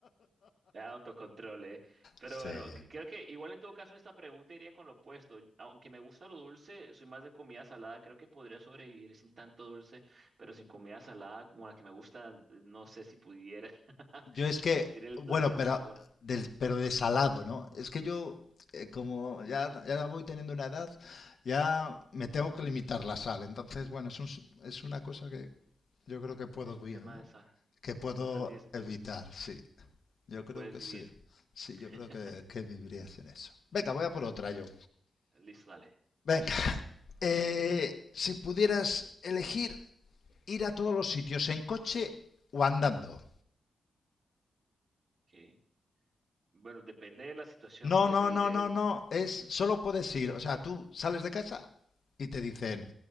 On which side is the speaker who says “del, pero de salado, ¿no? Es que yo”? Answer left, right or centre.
Left